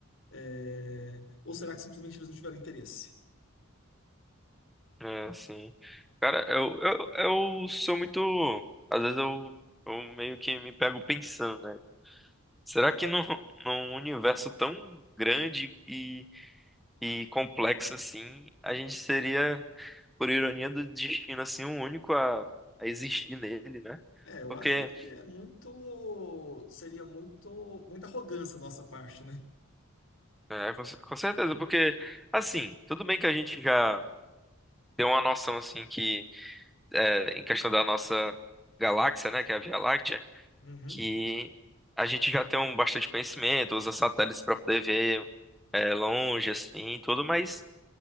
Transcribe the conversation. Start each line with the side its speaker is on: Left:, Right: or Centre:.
Left: É, ou será que simplesmente eles não tiveram interesse?
Centre: É assim. Cara, eu, eu, eu sou muito. Às vezes eu, eu meio que me pego pensando, né? Será que num, <laughs> num universo tão grande e, e complexo assim, a gente seria, por ironia do destino, assim, o único a, a existir nele, né?
Left: É, eu
Centre: Porque,
Left: acho que é muito, seria muito, muita arrogância da nossa parte, né?
Centre: é, com, cer- com certeza, porque, assim, tudo bem que a gente já tem uma noção, assim, que, é, em questão da nossa galáxia, né, que é a Via Láctea,
Left: Uhum.
Centre: que a gente já tem um bastante conhecimento, usa satélites para poder ver, é, longe, assim, tudo, mas.